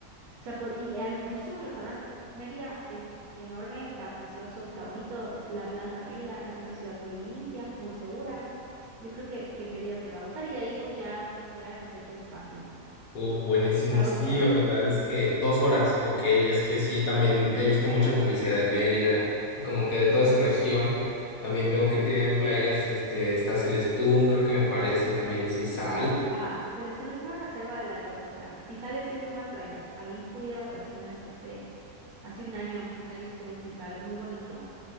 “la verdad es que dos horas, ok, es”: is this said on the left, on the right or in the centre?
Left